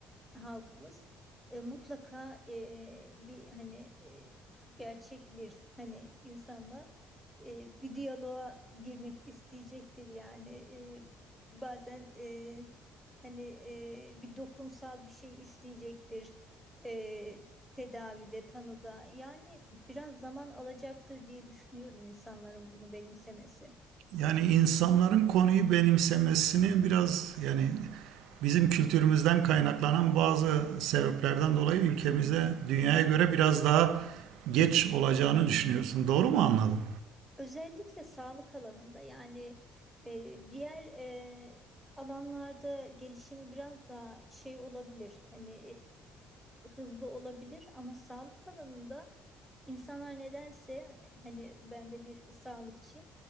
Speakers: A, in the centre; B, on the right.
A: halkımız e, mutlaka e, bir hani e, gerçek bir hani insanla e, bir diyaloğa girmek isteyecektir yani E, bazen e, hani e, bir dokunsal bir şey isteyecektir e, tedavide tanıda yani biraz zaman alacaktır diye düşünüyorum insanların bunu benimsemesi.
B: Yani insanların konuyu benimsemesini biraz yani bizim kültürümüzden kaynaklanan bazı sebeplerden dolayı ülkemize dünyaya göre biraz daha geç olacağını düşünüyorsun. Doğru mu anladım?
A: Özellikle sağlık alanında yani e, diğer e, alanlarda gelişimi biraz daha şey olabilir hani e, hızlı olabilir ama sağlık alanında İnsanlar nedense hani ben de bir sağlıkçıyım.